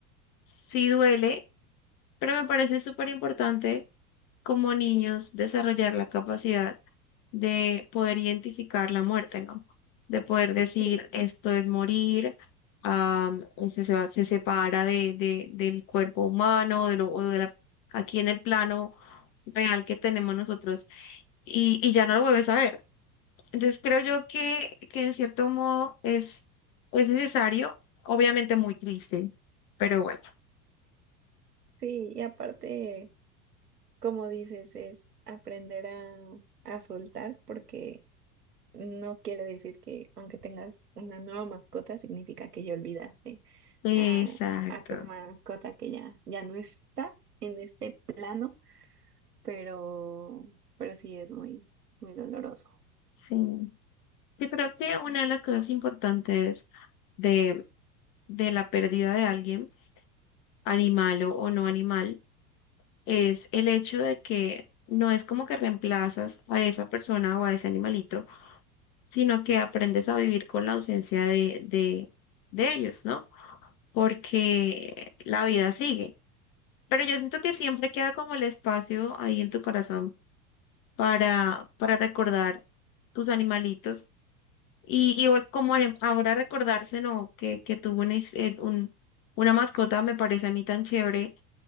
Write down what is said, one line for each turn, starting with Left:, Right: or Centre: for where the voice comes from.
Left: sí duele, Pero me parece súper importante como niños desarrollar la capacidad de poder identificar la muerte, ¿no? De poder decir,
Right: sí,
Left: esto es morir, am, se, se va- se separa de, de- del cuerpo humano, de lo, o de la, aquí en el plano real que tenemos nosotros, y, y ya no lo vuelves a ver. Entonces creo yo que, que en cierto modo es, es necesario, obviamente muy triste, pero bueno.
Right: sí, y aparte... como dices, es aprender a, a soltar porque no quiere decir que aunque tengas una nueva mascota, significa que ya olvidaste
Left: Exacto,
Right: a, a tu mascota que ya, ya no está en este plano, pero, pero sí es muy, muy doloroso.
Left: sí. Yo creo que una de las cosas importantes de, de la pérdida de alguien, animal o, o no animal, es el hecho de que no es como que reemplazas a esa persona o a ese animalito, sino que aprendes a vivir con la ausencia de, de, de ellos, ¿no? Porque la vida sigue. Pero yo siento que siempre queda como el espacio ahí en tu corazón para, para recordar tus animalitos Y, y vol- como en- ahora recordarse, ¿no? Que, que tuvo una, his- eh, un- una mascota, me parece a mí tan chévere,